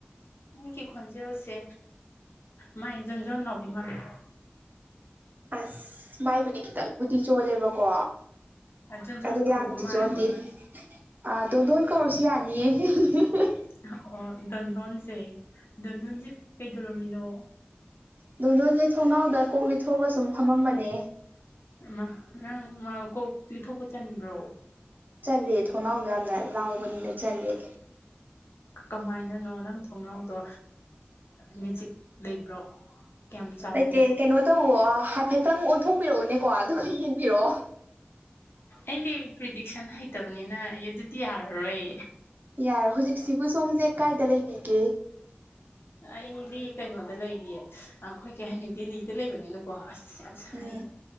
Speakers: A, on the left (about 75°); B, on the right (about 50°).
A: ꯅꯪꯒꯤ ꯈꯣꯟꯖꯦꯜꯁꯦ ꯃꯥꯏ ꯖꯣꯟꯖꯣꯟ ꯂꯥꯎꯕꯤ ꯃꯥꯃꯤꯀꯣ
B: ꯑꯁ ꯃꯥꯏꯕꯨꯗꯤ ꯈꯤꯇꯪꯕꯨꯗꯤ ꯆꯣꯂꯦꯕ ꯀꯣ
A: ꯖꯣꯟꯖꯣꯟ
B: ꯑꯗꯨ
A: ꯀꯧꯕ
B: ꯌꯥꯝꯗꯤ
A: ꯃꯥꯜꯂꯦꯀꯣ
B: ꯆꯣꯟꯗꯤꯦ
A: ꯅꯪꯁꯦ
B: ꯑ ꯗꯣꯟ ꯗꯣꯟ ꯀꯧꯔꯁꯤ ꯌꯥꯅꯤꯌꯦ ꯍꯍꯍꯍ
A: ꯑꯣ ꯗꯟꯙꯣꯟꯁꯦ ꯗꯟꯙꯣꯟꯁꯦ ꯀꯩꯗꯧꯔꯝꯃꯤꯅꯣ
B: ꯑꯗꯣ ꯂꯣꯟꯁꯦ ꯊꯣꯡꯅꯥꯎꯗ ꯀꯣꯛ ꯂꯤꯊꯣꯛꯑꯒ ꯁꯨꯝ ꯐꯝꯃꯝꯕꯅꯦ
A: ꯏꯃ ꯅꯪ ꯃꯥ ꯀꯣꯛ ꯂꯤꯊꯣꯛꯄ ꯆꯟꯕ꯭ꯔꯣ
B: ꯆꯠꯂꯦ ꯊꯣꯡꯅꯥꯎꯗꯣ ꯌꯥꯝꯅ ꯂꯥꯎꯕꯅꯤꯅ ꯆꯠꯂꯦꯣ
A: ꯀꯃꯥꯏꯅꯅꯣ ꯅꯪ ꯊꯣꯡꯅꯥꯎꯗꯣ ꯃꯦꯆꯤꯛ ꯂꯩꯕ꯭ꯔꯣ ꯀꯌꯥꯝ ꯆꯥꯎꯒꯦ
B: ꯂꯩꯇꯦ ꯀꯩꯅꯣ ꯇꯧꯋ ꯍꯥꯏꯐꯦꯠꯇꯪ ꯑꯣꯟꯊꯣꯛꯄꯤꯔꯛꯎꯅꯦꯀꯣ ꯑꯗꯨꯒ ꯌꯦꯡ ꯀꯔꯣꯑꯣ
A: ꯑꯩꯗꯤ ꯄ꯭ꯔꯤꯗꯤꯛꯁꯟ ꯍꯩꯇꯕꯅꯤꯅ ꯑꯗꯨꯗꯤ ꯌꯥꯔꯔꯣꯏ
B: ꯌꯥꯔꯦ ꯍꯧꯖꯤꯛꯁꯤꯕꯨ ꯁꯣꯝꯁꯦ ꯀꯥꯏꯗ ꯂꯩꯕꯤꯒꯦ
A: ꯑꯩꯗꯤ ꯀꯩꯅꯣꯗ ꯂꯩꯔꯤꯌꯦ ꯑꯩꯈꯣꯏ ꯀꯩ ꯍꯥꯏꯅꯤ ꯗꯤꯜꯂꯤꯗ ꯂꯩꯕꯅꯤꯅ ꯀꯣ ꯑꯁ ꯌꯥꯝ ꯁꯥꯏꯌꯦ
B: ꯎꯝ